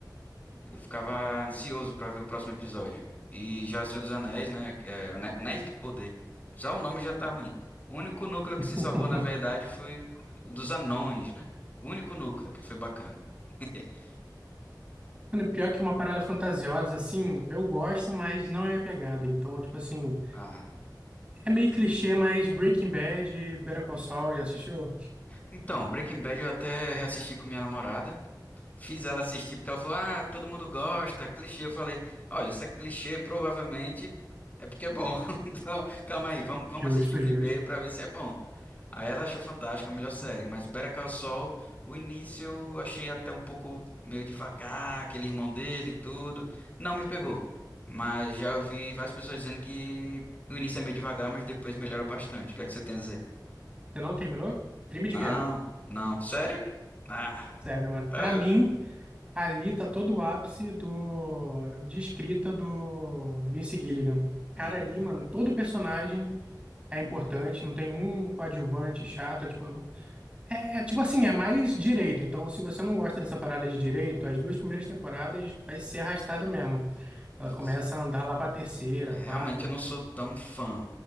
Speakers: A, on the left (about 20°); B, on the right (about 15°).
A: Eu ficava ansioso pra ver o próximo episódio. E já Senhor dos Anéis, né? que é Ane- Anéis do Poder. Já o nome já tá ruim. O único núcleo que
B: <laughs>
A: se salvou, na verdade, foi o dos anões, né? O único núcleo que foi bacana. <laughs>
B: Mano, pior que uma parada fantasiosa, assim, eu gosto, mas não é minha pegada. Então, tipo assim,
A: Ah,
B: é meio clichê, mas Breaking Bad, e Better Call Saul, já assistiu?
A: então, Breaking Bad eu até reassisti com minha namorada. Fiz ela assistir porque ela falou: Ah, todo mundo gosta, clichê. Eu falei: Olha, se é clichê, provavelmente é porque é bom. <laughs> Então, calma aí, vamos, vamos
B: Justo,
A: assistir primeiro
B: justo.
A: pra ver se é bom. Aí ela achou fantástica, a melhor série, mas Better Call Saul, o início eu achei até um pouco meio devagar, aquele irmão dele e tudo, não me pegou. Mas já ouvi várias pessoas dizendo que o início é meio devagar, mas depois melhora bastante. O que é que você tem a dizer?
B: Você não terminou? Crime
A: Não,
B: de guerra.
A: não. Sério? Ah,
B: Sério, mano. Pra
A: É,
B: mim, Ali tá todo o ápice do, de escrita do Vince Gilligan.
A: hum,
B: Cara, ali, mano, todo personagem é importante, não tem um coadjuvante chato, tipo, é, tipo assim, é mais direito. Então, se você não gosta dessa parada de direito, as duas primeiras temporadas vai ser arrastada mesmo. Ela
A: putz.
B: começa a andar lá pra terceira,
A: É,
B: quarta,
A: realmente eu não sou tão fã.